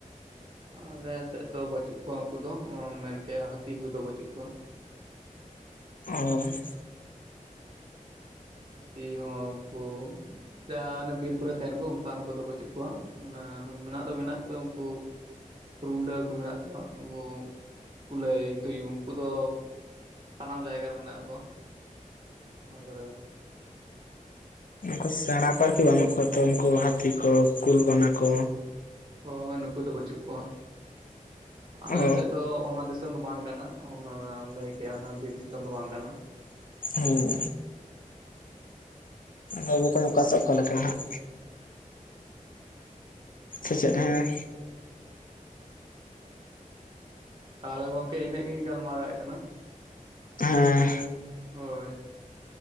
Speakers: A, on the right (about 35°); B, on the left (about 75°).
A: ᱟᱞᱮᱥᱮᱫ ᱫᱚ ᱵᱟᱪᱩᱜ ᱠᱚᱣᱟ ᱩᱝᱠᱩ ᱫᱚ, ᱢᱮᱱᱠᱮᱜ ᱦᱟᱹᱛᱤ ᱠᱚᱫᱚ ᱵᱟᱹᱪᱩᱜ ᱠᱚᱣᱟ᱾
B: ᱚᱻ
A: ᱦᱟᱹᱛᱤ ᱦᱚᱸ ᱩᱝᱠᱩ ᱡᱟ, ᱚᱱᱟ ᱵᱤᱨ ᱠᱚᱨᱮ ᱛᱟᱦᱮᱱ ᱠᱚ, ᱚᱝᱠᱟᱱ ᱠᱚᱫᱚ ᱵᱟᱪᱩᱜ ᱠᱚᱣᱟ᱾ ᱢᱟᱱᱮ ᱢᱮᱱᱟᱜ ᱫᱚ ᱢᱮᱱᱟᱜ ᱠᱚᱣᱟ ᱩᱝᱠᱩ ᱨᱩᱸᱰᱟᱹ ᱠᱚ ᱢᱮᱱᱟᱜ ᱠᱚᱣᱟ, ᱩᱝᱠᱩ ᱠᱩᱞᱟᱹᱭ, ᱛᱩᱭᱩ ᱩᱝᱠᱩ ᱫᱚ ᱥᱟᱱᱟᱢ ᱡᱟᱭᱜᱟ ᱨᱮ ᱢᱮᱱᱟᱜ ᱠᱚᱣᱟ ᱦᱟᱸᱜ ᱚᱱᱟ ᱠᱚᱨᱮ ᱫᱚ᱾
B: ᱩᱝᱠᱩ ᱥᱮᱬᱟ ᱠᱚ ᱟᱨᱠᱤ ᱵᱟᱹᱱᱩᱜ ᱠᱚᱣᱟ ᱛᱚ, ᱩᱝᱠᱩ ᱦᱟᱛᱤ ᱠᱚ, ᱠᱩᱞ, ᱵᱟᱱᱟ ᱠᱚ?
A: ᱦᱳᱭ, ᱱᱩᱠᱩ ᱫᱚ ᱵᱟᱹᱪᱩᱜ ᱠᱚᱣᱟ, ᱟᱞᱮ
B: ᱚ
A: ᱥᱮᱫ ᱫᱚ ᱚᱱᱟ ᱫᱤᱥ ᱫᱤᱥᱚᱢ ᱫᱚ ᱵᱟᱝ ᱠᱟᱱᱟ, ᱚᱱᱟᱢ ᱞᱟᱹᱭ ᱠᱮᱜ ᱚᱱᱟ ᱵᱤᱨ ᱫᱤᱥᱚᱢ ᱫᱚ ᱵᱟᱝ ᱠᱟᱱᱟ᱾
B: ᱦᱩᱸ᱾ ᱟᱫᱚ ᱵᱚᱠᱚᱧ ᱚᱠᱟᱥᱮᱫ ᱚᱠᱟ ᱞᱮᱠᱟ ᱦᱟᱸᱜ᱾
A: ᱦᱳᱭ
B: ᱥᱮ ᱪᱮᱫ ᱦᱮᱸ᱾
A: ᱛᱟᱦᱞᱮ ᱜᱚᱝᱠᱮ ᱤᱱᱟᱹᱜ ᱜᱤᱧ ᱜᱟᱞᱢᱟᱨᱟᱣᱮᱜ ᱠᱟᱱᱟ᱾
B: ᱦᱮᱸ᱾
A: ᱦᱳᱭ